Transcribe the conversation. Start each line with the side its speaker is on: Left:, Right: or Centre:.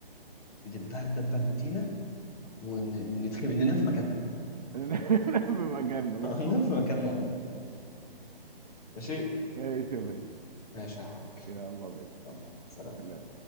Left: ندبها الدبه المتينه وندخل ننام في مكاننا بقى.
Right: <laughs> بمجلة بالظبط
Left: <laughs> ننام في مكاننا والله ماشي
Right: ماشي يا باشا
Left: ماشي يا حاج
Right: يلا يا باشا
Left: يلا سلام
Right: سلام.